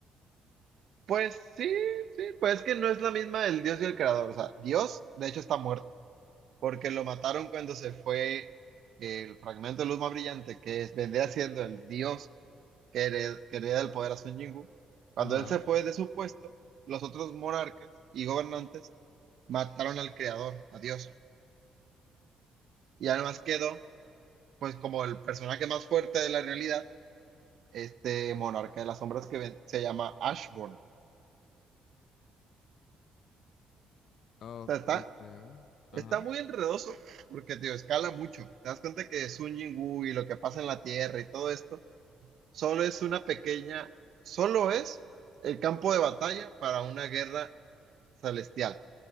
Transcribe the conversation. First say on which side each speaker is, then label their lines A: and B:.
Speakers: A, on the right (about 70°); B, on the left (about 70°).
A: pues sí, sí, pues es que no es la misma el Dios y el creador. O sea, Dios, de hecho, está muerto, porque lo mataron cuando se fue el fragmento de luz más brillante, que es, vendría siendo el Dios que, hered, que hereda el poder a Sun Jingu. Cuando
B: Ajá.
A: él se fue de su puesto, los otros monarcas y gobernantes mataron al creador, a Dios. Y además quedó, pues, como el personaje más fuerte de la realidad, este monarca de las sombras que ven- se llama Ashburn. O
B: O-
A: sea, está,
B: ok. Ajá.
A: está muy enredoso porque, tío, escala mucho. Te das cuenta que Sun Jingu y lo que pasa en la Tierra y todo esto, solo es una pequeña, solo es el campo de batalla para una guerra celestial